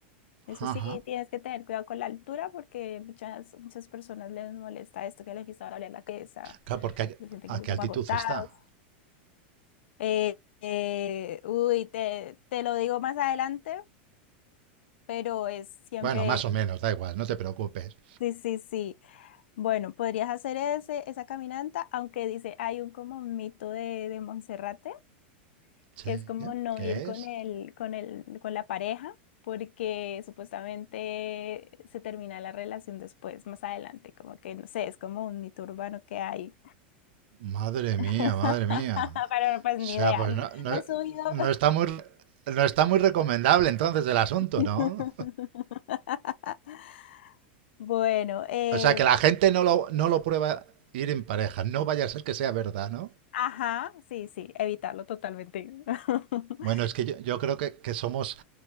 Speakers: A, on the left (about 80°); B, on the right (about 65°).
A: Eso
B: Ajá.
A: sí, tienes que tener cuidado con la altura porque muchas, muchas personas les molesta esto que les empieza a doler la cabeza,
B: Claro, porque hay-
A: se sienten
B: ¿a
A: como,
B: qué
A: como
B: altitud
A: agotados.
B: está?
A: Eh, eh, uy, te, te lo digo más adelante, pero es siempre,
B: Bueno, más o menos, da igual, no te preocupes.
A: sí, sí, sí. Bueno, podrías hacer ese, esa caminata, aunque dice, hay un como mito de, de Monserrate,
B: Sí,
A: que es como no
B: ¿qué
A: ir con
B: es?
A: el, con el, con la pareja, porque supuestamente se termina la relación después, más adelante, como que, no sé, es como un mito urbano que hay.
B: Madre
A: <laughs>
B: mía, madre mía.
A: Pero pues
B: O
A: ni
B: sea,
A: idea,
B: pues
A: no,
B: no, no,
A: no he subido.
B: no está muy, no está muy recomendable entonces el asunto,
A: <laughs>
B: ¿no?
A: Bueno, eh,
B: O sea, que la gente no lo, no lo prueba ir en pareja. No vaya a ser que sea verdad, ¿no?
A: ajá, sí, sí, evitarlo totalmente. <laughs>
B: Bueno, es que yo, yo creo que, que somos